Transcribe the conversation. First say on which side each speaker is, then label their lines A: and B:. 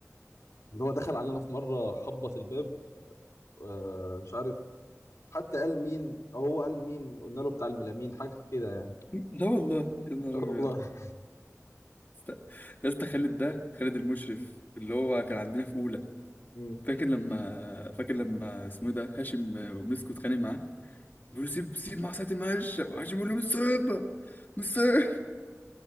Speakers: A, on the left; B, on the left.
A: اللي هو دخل علينا في مره خبط الباب آه، مش عارف حد قال مين او هو قال مين قلنا له بتاع الميلامين حاجه كده يعني
B: لا والله يا نهار
A: آه والله
B: ابيض است- يا اسطى خالد ده خالد المشرف اللي هو كان عندنا في اولى
A: <laughs> مم.
B: فاكر لما فاكر لما اسمه إيه ده هاشم ومسكوا اتخانق معاه بيقول له سيب سيب مع ساعة المعاش هاشم بيقول له مش سايبها مش سايبها